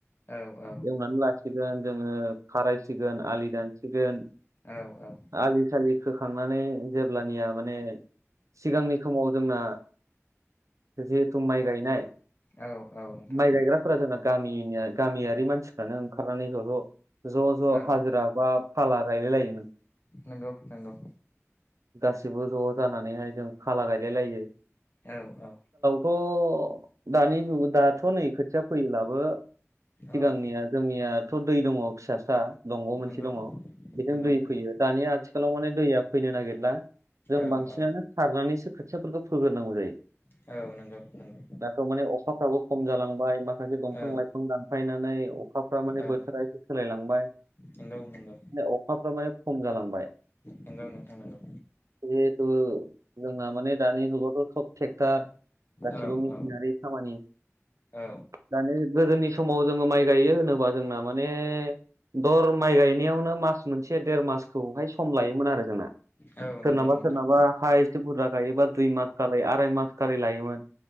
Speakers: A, on the left (about 45°); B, on the right (about 85°).
A: औ औ
B: एवनानै लासिगोन जोङो खारायसिगोन आलि दानसिगोन।
A: औ औ
B: आलि सालि खोखांनानै जेब्लानिया माने सिगांनि समाव जोंना। जिहेथु माइ गायनाय
A: औ औ नोंथां
B: माइ गायग्राफोरा जोंना गामिनिया गामियारि मानसिफ्रानो ओंखारनानै ज' ज' ज' ज'
A: औ
B: हाजिरा बा फाला गायलाय लायो।
A: नोंगौ नोंगौ
B: गासिबो ज' जानानैहाय जों फाला गायलाय लायो।
A: औ औ
B: थ' दानि जुग दाथ' नै खोथिया फैयोब्लाबो सिगांनिया
A: औ
B: जोंनियाथ' दै दङ फिसा सा दंग' मोनसे
A: नंगौ
B: दङ बेजों
A: नंगौ
B: दै
A: नंगौ
B: फैयो दानिया आथिखालाव माने दैया फैनो नागिरला जों
A: औ
B: बांसिनानो
A: औ
B: खारनानैसो खोथियाफोरखौ फोग्रोनांगौ जायो।
A: औ नंगौ नंगौ
B: दाथ' माने अखाफ्राबो खम जालांबाय मा माखासे दंफां
A: औ
B: लाइफां दानफायनानै अखाफ्रा माने
A: औ
B: बोथोरा एसे सोलायलांबाय।
A: नंगौ नंगौ
B: अखाफ्रा माने खम जालांबाय
A: नंगौ नोंथां नंगौ
B: जिहेतु जोंना माने दानि जुगाव सब थेकथार गासिबो
A: औ
B: मेसिनारि
A: औ
B: खामानि
A: औ
B: दानो गोदोनि समाव जोङो माइ गायो होनोबा जोंना माने दर माइ गायनायावनो मास मोनसे देर मासखौहाय सम लायोमोन आरो जोंना
A: औ औ
B: सोरनाबा
A: नंगौ नोंथां
B: सोरनाबा हाइस्ट बुरजा गायोबा दुइ मास आराय मास खारै लायोमोन।